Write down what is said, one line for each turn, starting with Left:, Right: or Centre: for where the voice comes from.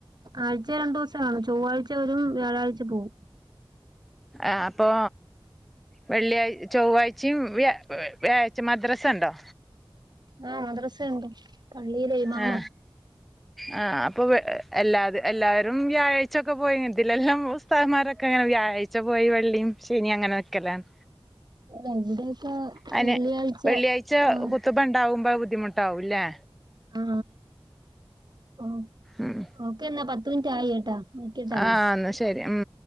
Right: ആഴ്ച്ചേ രണ്ടു ദിവസാവധി അവ ചൊവ്വാഴ്ച്ച വരും വ്യാഴാഴ്ച്ച പോവും.
Centre: ആ അപ്പൊ വെള്ളിയാഴ് ചൊവ്വാഴ്ച്ചിം വ്യാഴ വ്യാഴ്ച്ച മദ്രസണ്ടോ?
Right: ആ മദ്രസയിണ്ട്. പള്ളിയിലെ ഇമാമ.
Centre: ആ ആ അപ്പൊ എല്ലാ എല്ലാരും വ്യാഴ്ച്ചൊക്കെ പോയി ഇതിലെല്ലാം ഉസ്താദ്മാരൊക്കെ അങ്ങനെ വ്യാഴാഴ്ച്ച പോയി വെള്ളീം ശ ഇനി അങ്ങനെ നിക്കലാണ്
Right: അല്ല ഇവിടെയൊക്കെ
Centre: അയിന്
Right: വെള്ളിയാഴ്ച
Centre: വെള്ളിയാഴ്ച്ച
Right: ആഹ്
Centre: ഖുത്തുമ്പണ്ടാവുമ്പോ ബുദ്ധിമുട്ടാവും ല്ലേ
Right: ആ ആ ഓ
Centre: ഉം
Right: ഓക്കെ എന്നാ പത്ത് മിനിറ്റ് ആയി ട്ടൊ നോക്കിട്ടോ
Centre: ആ എന്നാ ശരി ഉം